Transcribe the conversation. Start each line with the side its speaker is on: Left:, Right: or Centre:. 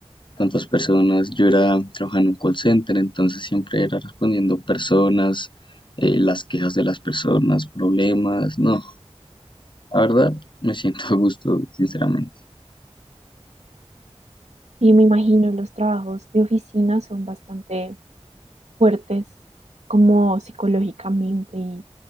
Left: tantas personas. Yo era trabajando en un call center, entonces siempre era respondiendo personas, eh, las quejas de las personas, problemas. No, la verdad me siento a gusto, sinceramente.
Right: Y me imagino los trabajos de oficina son bastante fuertes como psicológicamente y